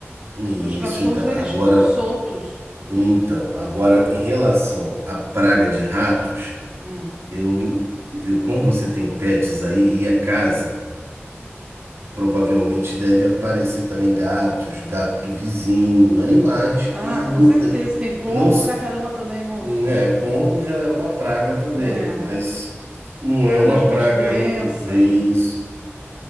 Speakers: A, on the right; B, on the right.
A: Isso,
B: Meus cachorros,
A: então.
B: eles
A: Agora.
B: ficam soltos.
A: Então, agora em relação à praga de ratos,
B: Hum.
A: eu, eu como você tem pets aí e é casa, provavelmente deve aparecer também gatos, gato do vizinho, animais
B: Ah,
A: que
B: com
A: não
B: certeza.
A: tem,
B: Tem pombo
A: que não, s-
B: pra caramba também, moço.
A: né, pombo já é uma praga também,
B: É,
A: mas não é
B: transmite
A: uma praga
B: doença.
A: ainda, é isso.